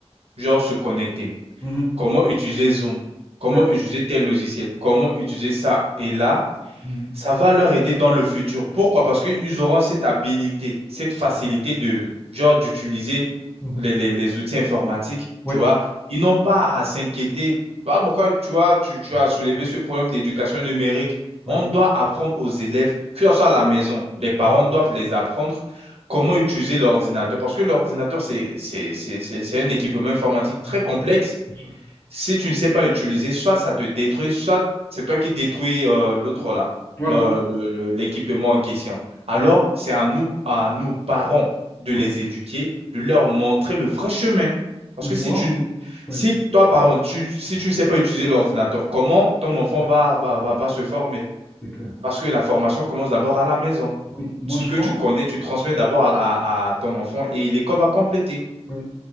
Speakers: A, on the right (about 65°); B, on the left (about 20°).
A: genre se connecter,
B: Mhm.
A: comment utiliser Zoom, comment
B: Ouais.
A: utiliser tel logiciel, comment utiliser ça. Et là,
B: Mhm.
A: ça va leur aider dans le futur. Pourquoi? Parce qu'ils auront cette habilité, cette facilité de, genre, d'utiliser
B: Mhm.
A: les, les, les outils informatiques,
B: Ouais.
A: tu vois. Ils n'ont pas à s'inquiéter. Voilà pourquoi, tu vois, tu, tu
B: Mhm.
A: as soulevé ce problème d'éducation numérique.
B: Ouais.
A: On doit apprendre aux élèves, que ce soit à la maison, les parents
B: Mhm.
A: doivent les apprendre comment utiliser l'ordinateur. Parce que l'ordinateur, c'est, c'est, c'est, c'est c'est un équipement informatique
B: Bien
A: très
B: sûr,
A: complexe
B: bien sûr.
A: si tu ne sais pas utiliser, soit ça te détruit, soit c'est toi qui détruis euh, l'autre
B: Mhm.
A: là,
B: Voilà.
A: le- le- le- l'équipement en question. Alors,
B: Oui.
A: c'est à nous, à nous, parents, de les
B: Ouais.
A: éduquer, de leur montrer le vrai chemin. Parce
B: Moi,
A: que si tu, ne-
B: oui.
A: si toi, parent, tu, si tu ne sais pas utiliser l'ordinateur, comment ton enfant
B: Ok.
A: va, va,
B: Bon,
A: va, va se
B: oui,
A: former?
B: C'est clair.
A: Parce que la formation commence d'abord à la maison.
B: Oui, moi,
A: Ce
B: je
A: que
B: pense.
A: tu connais, tu transmets d'abord à, à- à ton enfant et l'école va compléter.
B: Oui.